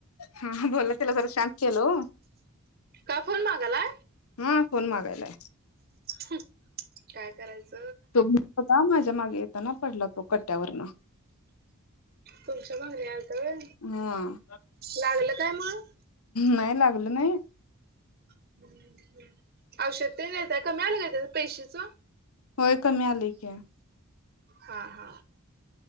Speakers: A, on the left (about 75°); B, on the right (about 45°).
A: हा बोला, तिला जरा शांत केलो ओ.
B: का फोन मागालाय?
A: हा, फोन मागायलाय.
B: हं काय करायच?
A: तो <inaudible> होता माझ्या माग येताना पडला तो कट्ट्यावरन.
B: तुमच्या मागन यालता व्हय,
A: हा
B: लागलं काय मग?
A: नाही, लागलं नाही.
B: हम्म <inaudible> औषध तेन देताय, कमी आल का त्याच पेशीच?
A: होय, कमी आलंय की.
B: हा हा